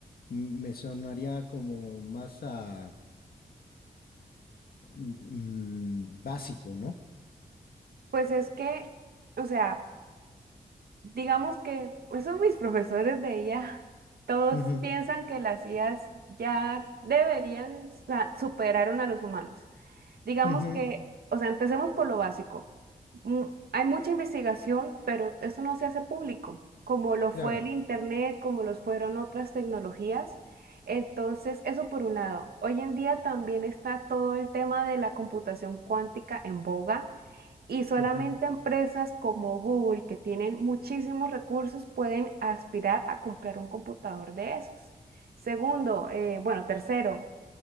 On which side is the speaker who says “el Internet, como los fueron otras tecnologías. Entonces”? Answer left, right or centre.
Right